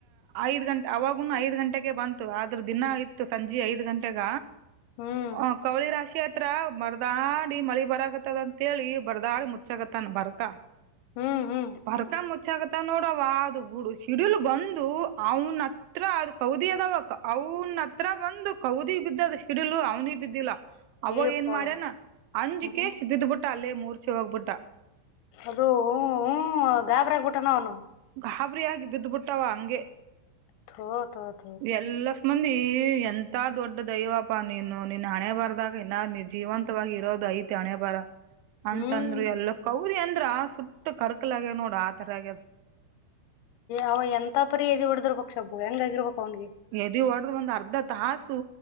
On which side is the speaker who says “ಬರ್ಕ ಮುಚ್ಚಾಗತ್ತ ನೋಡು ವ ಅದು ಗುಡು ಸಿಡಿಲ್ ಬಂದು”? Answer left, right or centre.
Right